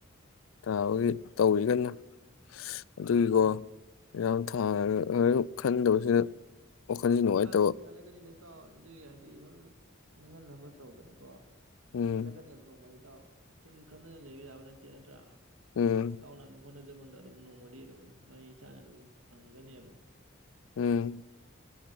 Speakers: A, on the left; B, on the right.
A: ꯊꯥꯕꯒꯤ ꯇꯧꯤꯒꯅ ꯑꯗꯨꯒꯤꯀꯣ
B: ꯎꯝ
A: ꯌꯥꯝꯝ ꯊꯥꯔ ꯈꯟꯗꯕꯁꯤꯗ ꯋꯥꯈꯜꯁꯤ ꯅꯨꯡꯉꯥꯏꯇꯕ
B: ꯑꯁ ꯈꯜꯂꯛꯀꯅꯤꯅꯦ ꯑꯗꯨꯒꯤ ꯍꯥꯏꯗꯤ ꯁꯨꯝ ꯅꯤꯡꯍꯟꯅꯕ ꯇꯧꯗꯅꯀꯣ
A: ꯎꯝ
B: ꯈꯜꯂꯛ ꯀꯅꯤꯦꯝꯅ ꯃꯅꯤ ꯇꯥꯎ ꯁꯨꯝ ꯈꯟꯗꯅ ꯂꯩꯕ ꯌꯥꯕ ꯅꯠꯇꯦ ꯅꯠꯇ꯭ꯔꯥ
A: ꯎꯝ
B: ꯏꯇꯥꯎꯅ ꯗꯨꯝ ꯍꫭꯠ ꯖꯃꯟꯗ ꯑꯗꯨꯝ ꯅꯣꯡꯃꯗꯤ ꯑꯗꯨꯝ ꯃꯍꯩ ꯆꯥꯅ ꯑꯗꯨꯝ ꯐꯪꯒꯅꯦꯕ
A: ꯎꯝ